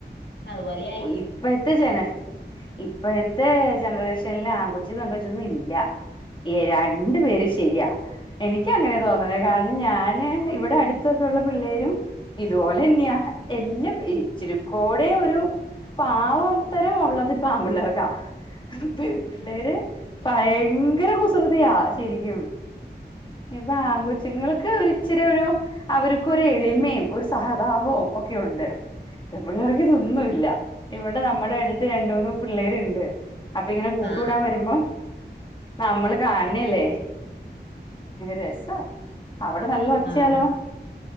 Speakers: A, on the left; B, on the left.
A: അതുപോലെ
B: ഓഹ് ഇപ്പ ഇത്തെ ജന ഇപ്പഴത്തെ ജനറേഷനിൽ ആ കൊച്ചും പെങ്കൊച്ചൊന്നും ഇല്ല ഏഹ് രണ്ടു പേരും ശരിയാ എനിക്ക അങ്ങനെ തോന്നണ കാരണം ഞാന് ഇവിടെ അടുത്തൊക്കെ ഉള്ള പിള്ളേരും ഇതുപോലെന്നെയാ എല്ലാം ഇച്ചിരിക്കൂടെ ഒരു പാവത്തരം ഉള്ളത്പ്പ ആമ്പിള്ളേർക്കാ പെമ്പിള്ളേര് ഭയങ്കര കുസൃതിയാ ശരിക്കും ഇപ്പാ ആങ്കൊച്ചുങ്ങൾക്ക് ഒരിച്ചിരി ഒരു അവർക്കൊരു എളിമയും ഒരു സഹതാപവും ഒക്കെ ഉണ്ട് പിള്ളേർക്ക് ഇതൊന്നുല്ല ഇവിടെ നമ്മുടെ അടുത്ത് രണ്ട് മൂന്ന് പിള്ളേരുണ്ട് അപ്പങ്ങനെ കൂട്ട്
A: ആ
B: കൂടാൻ വരുമ്പോ നമ്മള് കാണണല്ലേ രസാ അവിടെ നല്ല ഒച്ചയാലോ
A: ആ